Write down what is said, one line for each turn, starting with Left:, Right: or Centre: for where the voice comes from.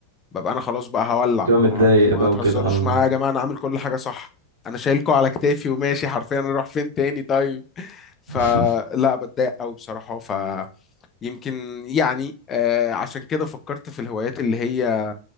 Left: ببقى انا خلاص بقى هولع
Right: تبقى متضايق
Left: ما هو انتوا ما
Right: بقى
Left: تهزروش
Right: وكده اه
Left: معايا يا جماعه انا عامل كل حاجه صح انا شايلكوا على كتافي وماشي حرفيا اروح فين تاني طيب فلا
Right: <laughs>
Left: بتضايق قوي بصراحه فيمكن يعني آه عشان كده فكرت في الهوايات اللي هي